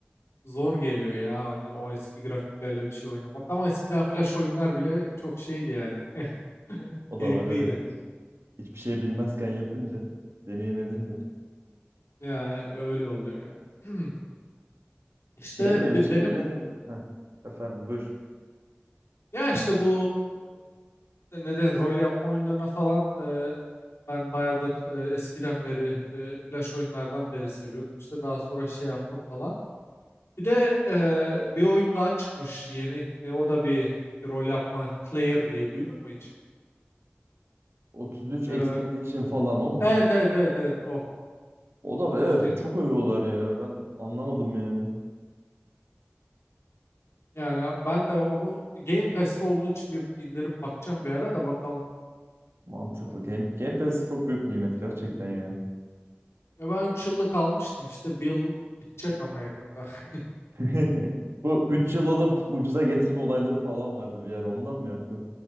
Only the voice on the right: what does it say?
O
da var evet. Hiç, hiçbir şey bilmezken yapınca, deneyim edince.
Şeyin de Witcher
birin Heh, efendim buyur.
33
Expedition falan o mu?
O da
evet
çok övüyorlar ya. Ben anlamadım yani.
Mantıklı. Game, Game Pass çok büyük nimet gerçekten ya.
<laughs> Bu 3 yıl alıp ucuza getirme olayları falan vardı bir yer. Ondan mı yaptın?